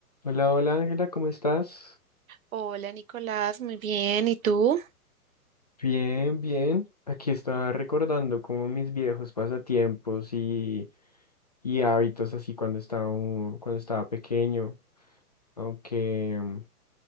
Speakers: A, on the left; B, on the right.
A: Hola, hola Ángela, ¿cómo estás?
B: Hola Nicolás, muy bien. ¿Y tú?
A: Bien, bien. Aquí estaba recordando como mis viejos pasatiempos y, y hábitos así cuando estaba, un- cuando estaba pequeño. Aunque mm,